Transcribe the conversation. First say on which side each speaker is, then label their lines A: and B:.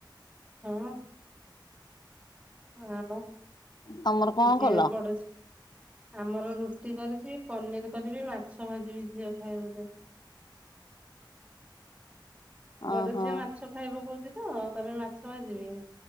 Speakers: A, on the right; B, on the left.
A: ହଁ ହଁ <unintelligible>
B: ତମର କଣ
A: ଝିଅ
B: କଲ?
A: ପଡୁଛି, ଆମର ରୁଟି କରିଛି, ପନିର କରିବି, ମାଛ ଭାଜିବି ଝିଅ ଖାଇବ ଯେ ବଡ
B: ଓହୋ
A: ଝିଅ ମାଛ ଖାଇବ କହୁଛି ତ, ତାପାଇଁ ମାଛ ଭା ଜିବି ।